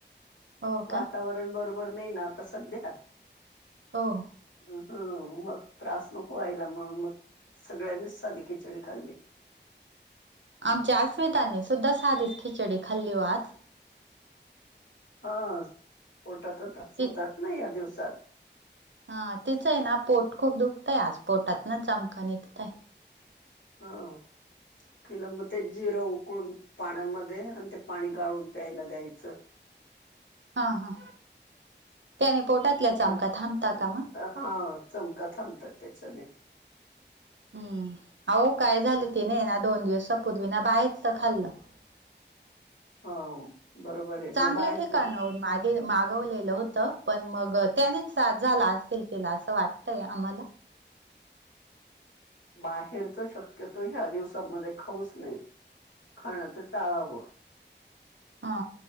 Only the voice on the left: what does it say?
वातावरण
बरोबर नाही ना आता सध्या
ह, मग त्रास नको व्हायला मंग सगळ्यांनीचं साधी खिचडी खाल्ली.
हा पोटात तास
होतात ना. या दिवसात.
हाव तिला मग ते जिरं उकळून पाण्यामध्ये आणि ते पाणी गाळून प्यायला दयाचं
थोडं
हा चमका थांबतात त्याच्याने
हा बरोबर आहे
मग बाहेरचस
बाहेरच शक्यतो या दिवसामध्ये खाऊचं नाही खाणं त टाळावं.